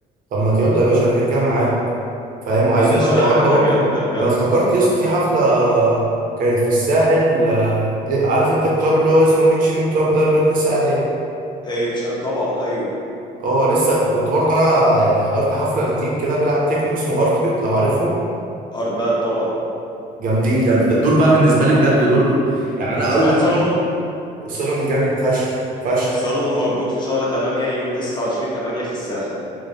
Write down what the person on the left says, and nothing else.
يا باشا
ده
جامد ده بجد
اي اتش ام طبعا ايوه
ارت باد طبعا
سمعت
سولomon
سولومون موجود في شهر 8 يوم 29 8 في الساحل